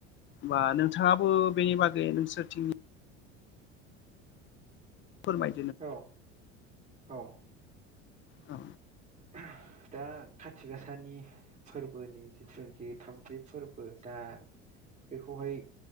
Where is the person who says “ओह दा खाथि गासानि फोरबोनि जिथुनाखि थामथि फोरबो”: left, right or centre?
Right